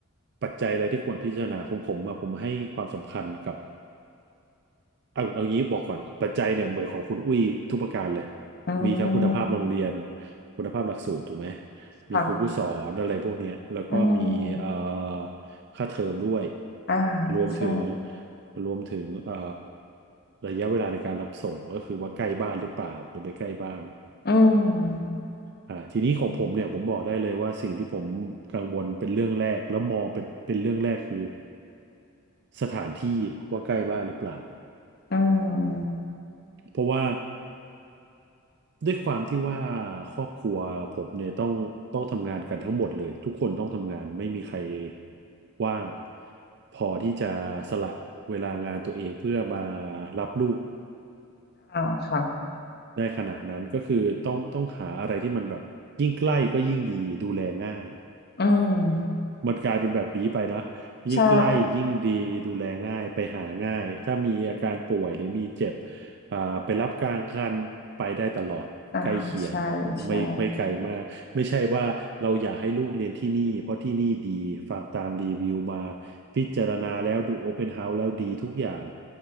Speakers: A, on the right; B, on the left.
A: ปัจจัยอะไรที่ควรพิจารณาของผมอะผมให้ความสำคัญกับ เอาเอางี้บอกก่อนปัจจัยเนี่ยเหมือนของคุณอุ้ยทุกประการเลย
B: อื
A: มีทั้งคุณภาพโรงเรียน
B: ม
A: คุณภาพหลักสูตรถูกไหม
B: ค่ะ
A: มีครูผู้สอนอะไรพวกเนี้ยแล้วก็มีเอ่อ
B: อืม
A: ค่าเทอมด้วย
B: อ่า
A: รวมถึง
B: ใช่
A: รวมถึงเอ่อระยะเวลาในการรับส่งก็คือว่าใกล้บ้านหรือเปล่าหรือไม่ใกล้บ้าน
B: อืม
A: อ่าทีนี้ของผมเนี่ยผมบอกได้เลยว่าสิ่งที่ผมกังวลเป็นเรื่องแรกแล้วมองเป็นเป็นเรื่องแรกคือสถานที่ว่าใกล้บ้านหรือเปล่า
B: อืม
A: เพราะว่า ด้วยความที่ว่าครอบครัวผมเนี่ยต้องต้องทำงานกันทั้งหมดเลยทุกคนต้องทำงานไม่มีใครว่างพอที่จะสละเวลางานตัวเองเพื่อมารับลูก
B: อ่าค่ะ
A: ได้ขนาดนั้นก็คือต้องต้องหาอะไรที่มันแบบยิ่งใกล้ก็ยิ่งดีดูแลง่าย
B: อืม
A: มันกลายเป็นแบบนี้ไปนะ
B: ใช่
A: ยิ่งใกล้ยิ่งดีดูแลง่ายไปหาง่ายถ้ามีอาการป่วยหรือมีเจ็บอ่าไปรับกลางคันไปได้ตลอดใกล้เคียง
B: อ่าใช่ใช่
A: ไม่ไม่ไกลมากไม่ใช่ว่าเราอยากให้ลูกเรียนที่นี่เพราะที่นี่ดีฟังตามรีวิวมาพิจารณาแล้วดูโอเพนเฮาส์แล้วดีทุกอย่าง